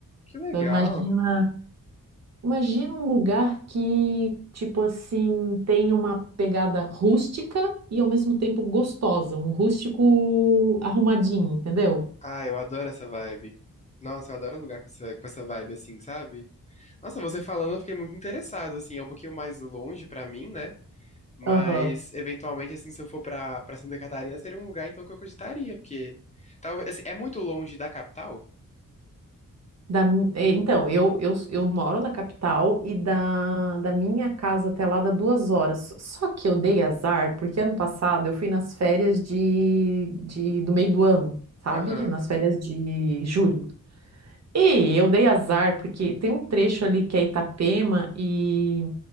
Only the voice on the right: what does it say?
Então, imagina. Imagina um lugar que, tipo assim, tem uma pegada rústica e ao mesmo tempo gostosa, um rústico arrumadinho, entendeu?
Aham.
Da mi- é, então, eu, eu, eu moro na capital e da, da minha casa até lá dá duas horas. Só que eu dei azar, porque ano passado eu fui nas férias de, de, do meio do ano, sabe?
Nas férias de julho. E eu dei azar, porque tem um trecho ali que é Itapema e